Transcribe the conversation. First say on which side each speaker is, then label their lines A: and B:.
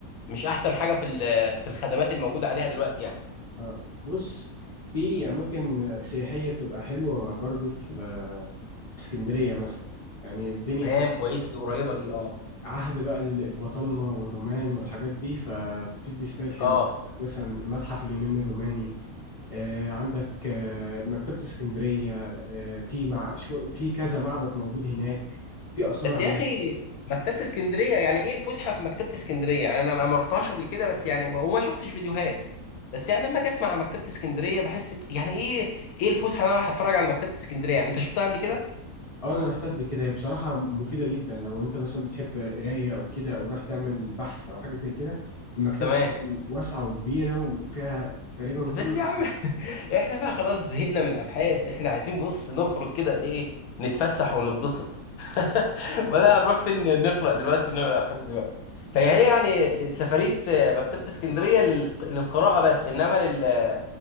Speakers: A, on the left (about 80°); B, on the left (about 35°).
A: مش أحسن حاجة في ال- في الخدمات الموجودة عليها دلوقتي يعني
B: آه بص في أماكن سياحية بتبقى حلوة برضو في آه، في اسكندرية مثلا يعني الدنيا
A: تمام
B: بتبقى
A: كويسة دي قريبة دي أه
B: عهد بقى ال- البطالمة والرومان والحاجات دي فبتدي ستايل حلو
A: أه
B: مثلا المتحف اليوناني الروماني آه، عندك آه، مكتبة اسكندرية آه، في مع شو- في كذا معبد موجود هناك في آثار
A: بس
B: عم
A: يا اخي مكتبة اسكندرية يعني ايه الفسحة في مكتبة اسكندرية يعني انا ما ما رحتهاش قبل كده بس يعني وما شفتش فيديوهات بس يعني لما اجي اسمع عن مكتبة اسكندرية بحس يعني ايه ايه الفسحة اللي انا راح اتفرج على مكتبة اسكندرية يعني انت شفتها قبل كده
B: اه انا رحتها قبل كده هي بصراحة مفيدة جدا لو انت مثلا بتحب قراية او كده او رايح تعمل بحث او حاجة زي كده المكتبة
A: تمام
B: فيها واسعة وكبيرة وفيها تقريبا كل
A: بس
B: الأصناف
A: يا عم <laughs> احنا بقى خلاص زهقنا من الابحاث احنا عايزين بص نخرج كده ايه نتفسح ونتبسط <laughs> وبعدين
B: أيوة.
A: هنروح فين نقرأ دلوقتي ونعمل ابحاث دلوقتي فهي يعني سفرية مكتبة اسكندرية لل- للقراءة بس انما لل